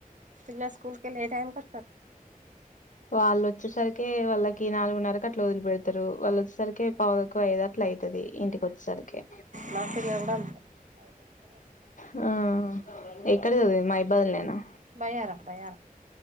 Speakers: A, on the right; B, on the left.
A: పిల్లలు, స్కూల్ కెళ్ళి ఏ టైం కి వస్తారు.
B: వాళ్ళు, వచ్చేసరికి, వాళ్ళకి, నాలుగున్నరకి, అట్లా వదిలి, పెడతారు. వాళ్ళు, వచ్చేసరికి, పావు తక్కువ ఐదు అట్ల అవుతది. ఇంటికి, వచ్చేసరికికె,
A: మా, చెల్లె, కూడా, అంతే, <unintelligible>
B: హా, ఎక్కడ చదివింది. మహిబాద్, లేనా
A: బయ్యారం బయ్యారం